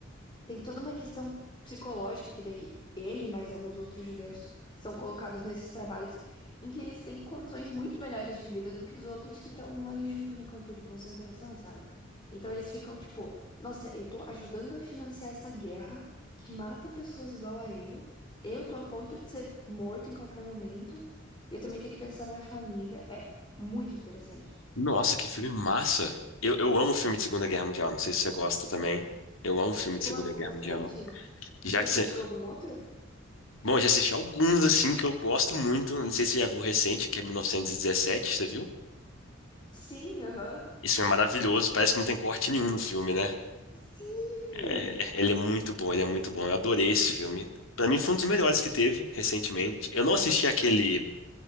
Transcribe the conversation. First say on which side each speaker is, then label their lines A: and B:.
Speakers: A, on the left; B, on the left.
A: Tem toda uma questão psicológica que daí ele, mais alguns outros judeus, são colocados nesses trabalhos em que eles têm condições muito melhores de vida do que os outros que estão ali junto no campo de concentração, sabe? Então eles ficam tipo, nossa, eu tô ajudando a financiar essa guerra que mata pessoas igual a eu, eu tô a ponto de ser morto em qualquer momento, e eu também tenho que pensar na minha família. É muito interessante.
B: Nossa, que filme massa. Eu, eu amo filme de Segunda Guerra Mundial. Não sei se você gosta também. Eu amo filme
A: Eu
B: de Segunda
A: gosto
B: Guerra
A: bastante.
B: Mundial.
A: Você
B: Já
A: assistiu
B: que você...
A: algum outro?
B: Bom, eu já assisti alguns, assim, que eu gosto muito. Não sei se você já viu o recente, que é 1917. Você viu?
A: Sim, aham.
B: Esse filme é maravilhoso, parece que não tem corte nenhum no filme, né?
A: Sim!
B: É, ele é muito bom, ele é muito bom. Eu adorei esse filme. Pra mim foi um dos melhores que teve recentemente. Eu não assisti aquele